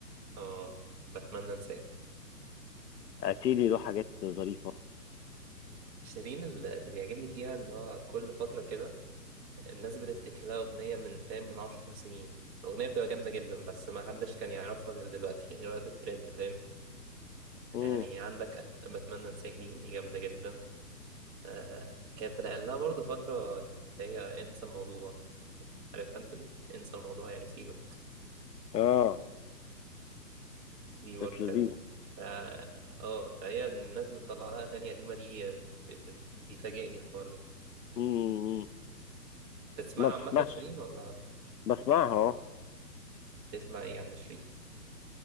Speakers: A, on the right; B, on the left.
A: أه بتمنى أنساك
B: اتيلي له حاجات ظريفه
A: شيرين اللي اللي بيعجبني فيها إن هو كل فترة كده الناس بتفتكر لها أغنية من فاهم من عشر سنين الأغنية بتبقى جامدة جدا بس ما حدش كان يعرفها غير دلوقتي غير وقت الترند فاهم
B: امم
A: يعني عندك بتمنى أنساك دي دي جامدة جدا آه كانت رقل لها برضه فترة اللي هي انسى الموضوع عارفها أنت دي انسى الموضوع يعني سيبك
B: اه
A: دي برضه
B: كانت لذيذه
A: حلوة اه آه، فهي الناس بتطلع لها أغاني قديمة دي آه، ب- ب- بيفاجئني الحوار ده
B: امم
A: تسمعها
B: ما بتسمعش
A: عامة شيرين ولا
B: بسمعها اه
A: بتسمع إيه عند شيرين؟